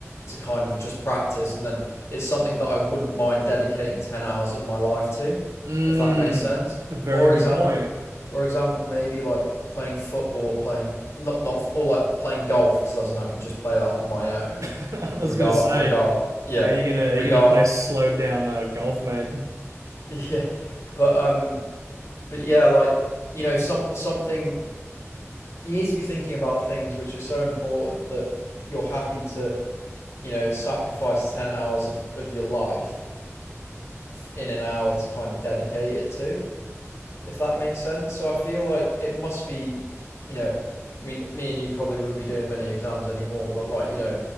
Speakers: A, on the left (about 60°); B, on the right (about 85°).
A: to kind of just practice, and then it's something that I wouldn't mind dedicating ten hours of my life to,
B: Mm,
A: if that makes sense.
B: that's a very
A: Or
B: good
A: example,
B: point.
A: or example, maybe like playing football, playing not not or like playing golf, because as in I can just play that on my own.
B: <laughs> I
A: Regard,
B: was gonna say,
A: regard, yeah,
B: are you gonna are
A: regard,
B: you gonna play slowed down uh, golf, mate?
A: <laughs> yeah, but um, but yeah, like you know, some something you need to be thinking about things which are so important that you're happy to, you know, sacrifice 10 hours of, of your life in an hour to kind of dedicate it to if that makes sense. So I feel like it must be, you know, I mean, me and you probably wouldn't be doing many exams anymore, but like, you know,